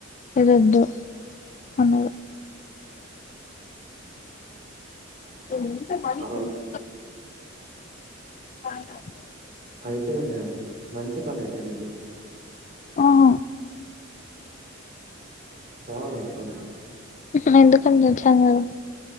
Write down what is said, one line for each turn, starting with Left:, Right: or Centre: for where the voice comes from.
Left: ఇదొద్దు అన్నయ్య మూత పగిలిపోయింది
Right: ఆ
Left: అవును
Right: అయితే ఇగా మంచి పని అయితె నీది
Left: ఆహ
Right: చాలా మంచి పని
Left: ఇప్పుడు ఎందుకండి తెలుసా మీరు